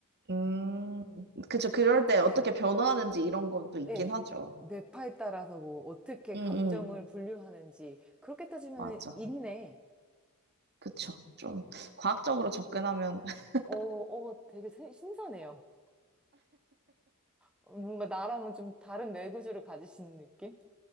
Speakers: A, on the right; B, in the centre.
A: 음, 그쵸, 그럴 때 어떻게
B: 네,
A: 변화하는지 이런 건 또 있긴
B: 네.
A: 하죠.
B: 뇌파에 따라서 뭐 어떻게
A: 응,
B: 감정을
A: 응,
B: 분류하는지 그렇게 따지면은
A: 맞아.
B: 있네.
A: 그쵸. 좀 과학적으로 접근하면, <laughs>
B: 어, 어, 되게 새- 신선해요. 뭔가 나랑은 좀 다른 뇌 구조를 가지신 느낌?